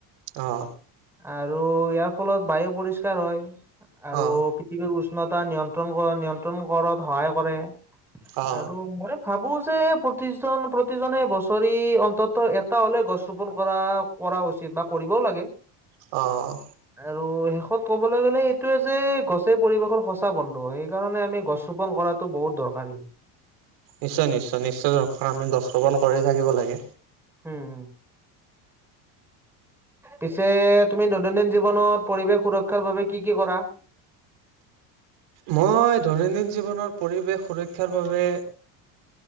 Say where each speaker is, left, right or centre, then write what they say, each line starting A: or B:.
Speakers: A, on the right (about 70°); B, in the centre.
A: অ',
B: আৰু ইয়াৰ ফলত বায়ু পৰিষ্কাৰ হয় আৰু
A: অ
B: পৃথিৱীৰ উষ্ণতা নিয়ন্ত্ৰণ নিয়ন্ত্ৰণ কৰাত সহায় কৰে
A: অ
B: আৰু ভাবো যে, প্ৰতিজন প্ৰতিজনে বছৰি অন্তত এটা হ'লে গছ ৰোপন কৰা কৰা উচিত, বা কৰিবও লাগে
A: অ',
B: আৰু শেষত ক'বলৈ গ'লে এইটোয়ে যে, গছে পৰিৱেশৰ সঁচা বন্ধু সেইকাৰণে আমি গছ ৰোপন কৰাত বহুত দৰকাৰী
A: নিশ্চয় নিশ্চয় নিশ্চয় দৰকাৰ আমি গছ ৰোপণ কৰি থাকিব লাগে।
B: হম হম। পিছে তুমি দৈনন্দিন জীৱনত পৰিৱেশ সুৰক্ষাৰ বাবে কি কি কৰা?
A: মই দৈনন্দিন জীৱনৰ পৰিৱেশ সুৰক্ষাৰ বাবে